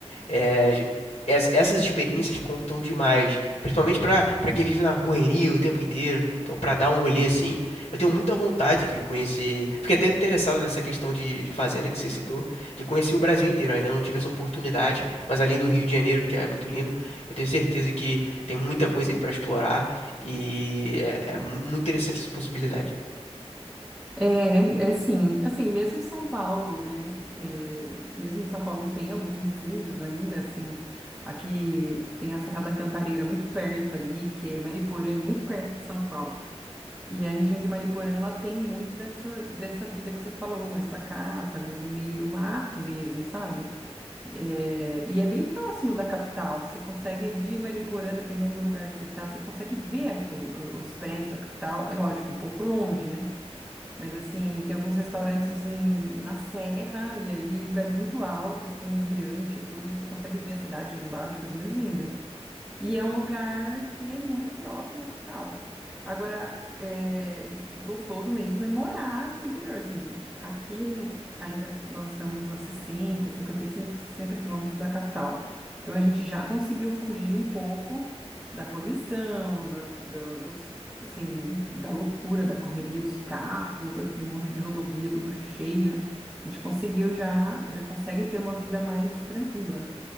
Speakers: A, on the left; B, in the centre.
A: é, j- es- essas experiências contam demais, principalmente para para quem vive na correria o tempo inteiro. Então, para dar um rolê assim, eu tenho muita vontade de conhecer. Fiquei até interessado nessa questão de, de fazenda que você citou, de conhecer o Brasil inteiro. Ainda não tive essa oportunidade, mas além do Rio de Janeiro, que é muito lindo, eu tenho certeza que tem muita coisa para explorar e é, é mu- muito interessante essa possibilidade.
B: É, é é sim, assim, mesmo São Paulo, né? é, mesmo em São Paulo tem alguns refúgios ainda, assim, aqui tem a Serra da Cantareira muito perto ali, que é Mariporã, é muito perto de São Paulo. E a região de Mariporã, ela tem muito dessa, dessa vida que você falou, mais pacata, mais no meio do mato mesmo, sabe? É, e é bem próximo da capital, você consegue de Mariporã, dependendo do lugar que você tá, você consegue ver o- o- os prédios da capital, é lógico, um pouco longe, né? Mas assim, tem alguns restaurantes hum, na serra e aí em lugares muito altos, com mirante e tudo, você consegue ver a cidade lá embaixo, coisa mais linda. E é um lugar que é muito próximo da capital. Agora, é gostoso mesmo é morar no interior. Assim, aqui no- ainda nós estamos a 60, 55, 60 quilômetros da capital. Então, a gente já conseguiu fugir um pouco da poluição, da, da- dos, assim, da loucura, da correria dos carros, aquele monte de rodovia tudo cheio. né? A gente conseguiu já, já consegue ter uma vida mais tranquila.